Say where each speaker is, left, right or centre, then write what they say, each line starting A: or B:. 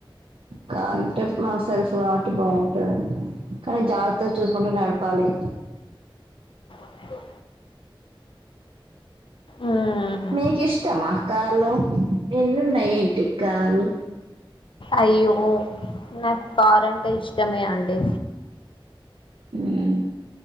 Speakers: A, on the right; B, on the left.
A: కారుంటే మా సరుఫ కాబట్టి బాగుంటది కానీ జాగ్రత్తగా చూసుకుంటూ నడపాలి
B: బ మ్మ్
A: మీకు ఇష్టం ఆ కార్లు ఎన్నున్నాయ్ ఏంటి కాళ్లు
B: అయ్యో నాకు కారంటే ఇష్టమే అండి
A: మ్మ్